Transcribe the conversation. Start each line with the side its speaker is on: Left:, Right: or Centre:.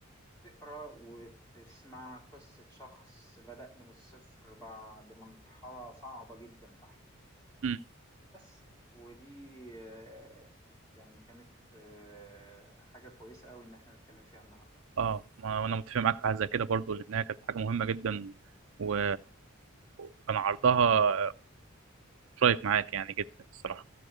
Left: تقرأ وتسمع قصة شخص بدأ من الصفر بعد مرحلة صعبة جدا في حياته
Right: م.
Left: بس ودي آه، يعني كانت آه، حاجة كويسة قوي ان احنا نتكلم فيها النهاردة
Right: اه ما انا متفق معاك في حاجه زي كده برضو لانها كانت حاجه مهمه جدا و... وكان عرضها شايف معاك يعني جدا الصراحه